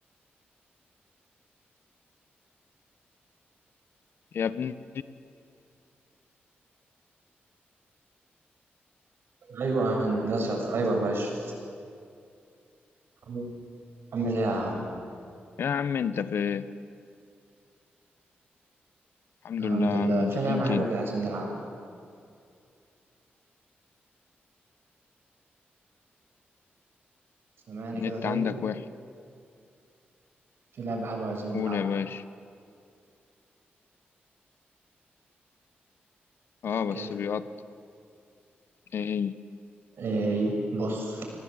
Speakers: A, on the left; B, on the right.
A: يا ابني
B: ايوه هندسه ايوه يا باشا عامل عامل ايه يا عم
A: يا عم انت في الحمد
B: الحمد
A: لله يا عم
B: لله
A: انت
B: في
A: فين
B: لعبه
A: كده
B: حلوه كده عايزين نلعبها سامعني
A: النت
B: كده طيب
A: عندك وحش
B: في لعبه حلوه عايزين
A: قول
B: نلعبها
A: يا باشا
B: طب
A: اه بس
B: كده
A: بيقطع ايه هي
B: ايه هي؟ بص